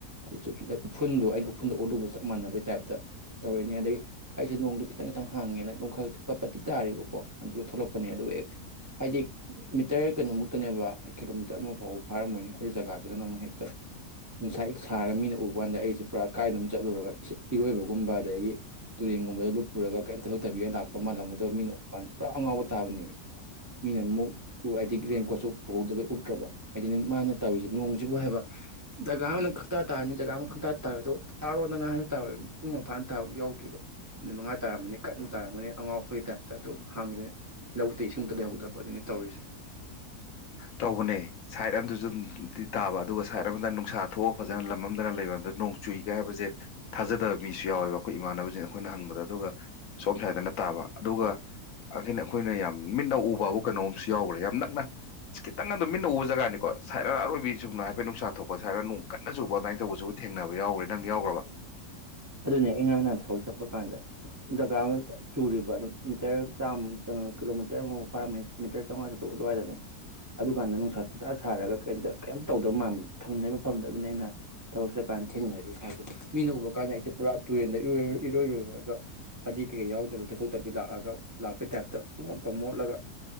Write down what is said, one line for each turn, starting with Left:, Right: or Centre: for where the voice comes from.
Right: <unintelligible> ꯎꯐꯨꯜꯗꯣ ꯑꯩꯅ ꯎꯐꯨꯜꯗ ꯑꯣꯜꯂꯨꯕ ꯆꯞ ꯃꯥꯟꯅꯕꯩ ꯇꯥꯏꯞꯇ ꯇꯧꯔꯅꯦ ꯑꯗꯩ ꯑꯩꯁꯦ ꯅꯣꯡꯗꯣ ꯈꯤꯇꯪ ꯈꯤꯇꯪ ꯍꯥꯡꯉꯦꯅ ꯅꯣꯡ ꯈꯔ ꯒꯛ ꯄꯠ ꯄꯠ ꯇꯤ ꯇꯥꯦꯔꯤꯕꯀꯣ ꯑꯗꯨꯒ ꯊꯣꯛꯂꯛꯄꯅꯦ ꯑꯗꯨꯒ ꯑꯦ ꯍꯥꯏꯗꯤ ꯃꯤꯇꫪ ꯀꯩꯅꯣꯃꯨꯛꯇꯅꯦꯕ ꯀꯤꯂꫭ ꯇꫪ ꯑꯃ ꯐꯥꯎꯕ ꯐꯥꯔꯝꯒꯅꯤꯅꯦ ꯑꯗꯨ ꯖꯒꯥꯁꯤꯗꯅ ꯑꯃꯨꯛ ꯍꯦꯛꯇ ꯅꯨꯡꯁꯥ ꯍꯦꯛꯇ ꯁꯥꯔꯒ ꯃꯤꯅ ꯎꯕ ꯀꯥꯟꯗ ꯑꯩꯁꯦ ꯄꯨꯔꯥ ꯀꯥꯏꯗꯅꫭꯝꯒ ꯆꯠꯂꯨꯔꯒ ꯏꯔꯣꯏꯕꯒꯨꯝꯕ ꯑꯗꯒꯤ ꯇꯨꯔꯦꯟꯒꯨꯝꯕꯗ ꯂꯨꯞꯄꯔꯒ ꯀꯔꯤꯝ ꯇꯩꯊꫭꯛꯇꯕꯤꯒ ꯂꯥꯛꯄ ꯃꯥꯜꯂꯝꯒꯗꯕ ꯃꯤꯅ ꯎꯕ ꯀꯥꯟꯗ ꯄꯨꯔꯥ ꯑꯉꯥꯎꯕ ꯇꯥꯕꯅꯦꯃꯤ ꯃꯤꯅꯃꯨꯛ ꯎ ꯑꯩꯗꯤ ꯔꯦꯟ ꯀꯣꯠꯁꯨ ꯄꯨꯍꯧꯗꯕꯩ ꯎꯞ ꯇ꯭ꯔꯕ ꯍꯥꯏꯗꯤꯅꯦ ꯃꯥꯅ ꯇꯧꯔꯤꯁꯦ ꯅꯣꯡꯁꯤꯕꯨ ꯍꯥꯏꯕ ꯖꯒꯥ ꯑꯃꯅ ꯈꯪꯇꯥ ꯇꯥꯔꯅꯤ ꯖꯒꯥ ꯑꯃ ꯈꯪꯇꯥ ꯇꯥꯔꯣꯏ ꯇꯥꯔꯣꯗꯅ ꯍꯥꯏꯁꯨ ꯇꯥꯔꫭꯏ ꯄꯨꯡ ꯑꯃ ꯐꯥꯅ ꯇꯥꯕ ꯑꯃ ꯌꯥꯎꯗ꯭ꯔꯤꯕ ꯃꯤꯅꯤꯠ ꯃꯉꯥ ꯇꯥꯔꯝꯃꯅꯤ ꯀꯟꯅ ꯇꯥꯔꯝꯃꯅꯤ ꯑꯉꯥꯎꯕꯒꯤ ꯇꯥꯏꯞꯇ ꯑꯗꯨꯝ ꯍꯥꯡꯉꯗꯅ ꯂꯧ ꯇ ꯏꯁꯨꯡꯇ ꯂꯩꯍꯧꯗꯕ ꯑꯗꯨꯩꯅ ꯇꯧꯔꯤꯁꯦ
Left: ꯇꯧꯕꯅꯦ ꯁꯥꯏꯠ ꯑꯗꯁꯨ ꯑꯗꯨꯝꯗꯤ ꯇꯥꯕ ꯑꯗꯨꯒ ꯁꯥꯏꯠ ꯑꯃꯗ ꯅꯨꯡꯁꯥ ꯊꯣꯛꯑꯒ ꯐꯖꯅ ꯂꯝ ꯑꯃꯝꯗꯅ ꯂꯩꯕ ꯑꯗ ꯅꯣꯡ ꯆꯨꯏꯒ ꯍꯥꯏꯕꯁꯦ ꯊꯥꯖꯗꯕ ꯃꯤꯁꯨ ꯌꯥꯎꯋꯦꯕ ꯑꯩꯈꯣꯏ ꯏꯃꯥꯟꯅꯕꯁꯤꯡ ꯑꯩꯈꯣꯏꯅ ꯍꯪꯕꯗ ꯑꯗꯨꯒ ꯁꯣꯝ ꯁꯥꯏꯠꯇꯅ ꯇꯥꯕ ꯑꯗꯨꯒ ꯑꯒꯤꯅ ꯑꯩꯈꯣꯏꯅ ꯌꯥꯝ ꯃꯤꯠꯅ ꯎꯕꯥꯕꯨ ꯀꯩꯅꯣꯝꯁꯨ ꯌꯥꯎꯒ꯭ꯔꯦ ꯌꯥꯝ ꯅꯛꯅ ꯈꯤꯇꯪ ꯑꯗꯨꯝ ꯃꯤꯠꯟꯅ ꯎꯕ ꯖꯒꯥꯅꯤꯀꯣ ꯁꯥꯏꯠ ꯑꯃ ꯑꯔꯣꯏꯕꯤ ꯆꯨꯝꯅ ꯍꯥꯏꯐꯦꯠ ꯅꯨꯡꯁꯥ ꯊꯣꯛꯄ ꯁ꯭ꯋꯥꯏꯅ ꯅꯨꯡ ꯀꯟꯅ ꯆꯨꯕ ꯑꯗꯨꯃꯥꯏꯅ ꯇꯧꯕꯁꯨ ꯑꯩꯈꯣꯏ ꯊꯦꯡꯅꯕ ꯌꯥꯎꯈ꯭ꯔꯦ ꯅꯪꯗꯤ ꯌꯥꯎ꯭ꯔꯕ
Right: ꯑꯗꯨꯅꯦ ꯑꯩ ꯉꯔꯥꯡ ꯅꯍꯥꯟ ꯊꯕꯛ ꯆꯠꯄ ꯀꯥꯟꯗ ꯖꯒꯥ ꯑꯃ ꯆꯨꯔꯤꯕ ꯑꯗꯨꯝ ꯃꯤꯇꯔ ꯆꯥꯝꯃ ꯀꯩꯅꯣ ꯀꯤꯂꯣꯃꯤꯇꫪ ꯑꯃꯃꯨꯛ ꯐꯥꯔꯝꯚꯌꯥꯏ ꯃꯤꯇꫪ ꯆꯧꯉꯥ ꯆꯥꯇꯨꯛ ꯑꯗꯨꯋꯥꯏꯗꯅꯦ ꯑꯗꯨꯀꯥꯟꯗ ꯅꯨꯡꯁꯥ ꯄꯨꯁꯥ ꯁꯥꯔꯒ ꯀꯩꯝꯇ ꯀꯩꯝꯇ ꯇꯧꯗꯕ ꯃꯥꯟꯕ ꯊꯪꯅꯩ ꯃꯐꯝꯗꫭ ꯑꯗꯨꯅꯦ ꯑꯩꯅ ꯊꯕꯛ ꯆꯠꯀꯥꯟꯗ ꯊꯦꯡꯅꯔꯤ ꯍꯥꯏꯗꯤ ꯃꯤꯅ ꯀꯥꯟꯗ ꯑꯩꯁꯦ ꯄꯨꯔꯥ ꯇꯨꯔꯦꯟꯗ ꯏꯔꯣꯏ ꯏꯔꯣꯏꯔꯨꯔꯒ ꯐꯗꯤ ꯀꯩꯀꯩ ꯌꯥꯎꯗꯕꯤ ꯇꯩꯊꯣꯛ ꯇꯕꯤ ꯂꯥꯛꯑꯒ ꯂꯥꯛꯄꯩ ꯇꯥꯏꯞꯇ ꯏꯃꫭꯠꯀ ꯃꯣꯠꯂꯒ